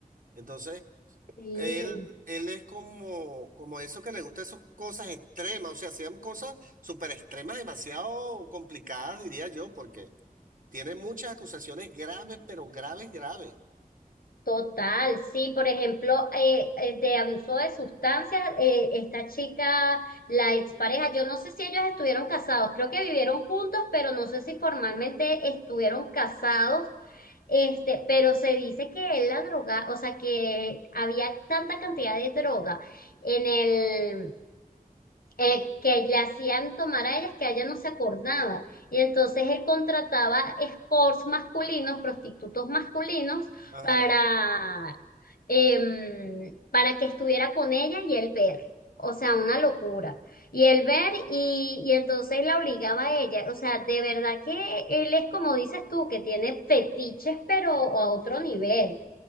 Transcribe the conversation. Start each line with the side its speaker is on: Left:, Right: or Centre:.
Right: Entonces,
Left: Sí,
Right: él, él es como, como eso que le gusta esas cosas extremas, o sea, hacían cosas súper extremas, demasiado complicadas, diría yo, porque tiene muchas acusaciones graves, pero graves, graves.
Left: total, sí, por ejemplo, eh, eh, de abuso de sustancias, eh, esta chica, la expareja, yo no sé si ellos estuvieron casados, creo que vivieron juntos, pero no sé si formalmente estuvieron casados Este, pero se dice que él la droga, o sea, que había tanta cantidad de droga en el eh, que le hacían tomar a ellas que ella no se acordaba. Y entonces él contrataba escorts masculinos, prostitutos masculinos,
Right: Ajá,
Left: para em, para que estuviera con ella y él ver. O sea, una locura. Y él ver y, y entonces la obligaba a ella. O sea, de verdad que él es como dices tú, que tiene fetiches, pero a otro nivel.